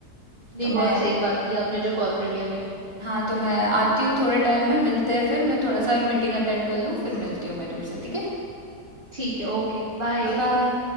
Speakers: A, on the right; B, on the right.
A: नहीं
B: तो मैं
A: बहुत सही बात की आपने जो कॉल कर लिया मेरे को
B: हाँ तो मैं आती हूँ थोड़े टाइम में मिलते हैं फिर मैं थोड़ा सा मीटिंग अटेंड कर लूँ फिर मिलती हूँ मैं तुमसे ठीक है
A: ठीक है ओके बाय
B: Bye bye